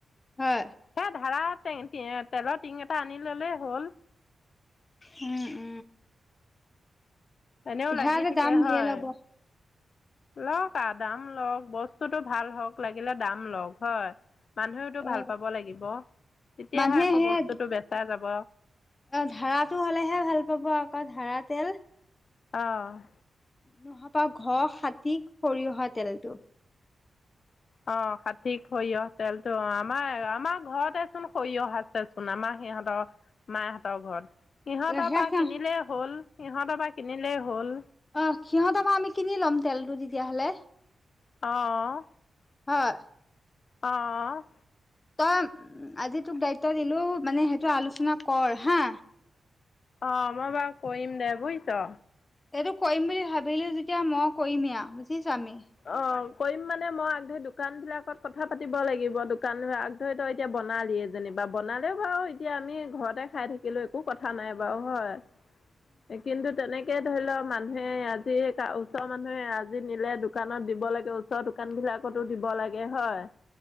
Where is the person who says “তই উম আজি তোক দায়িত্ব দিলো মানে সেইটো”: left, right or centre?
Left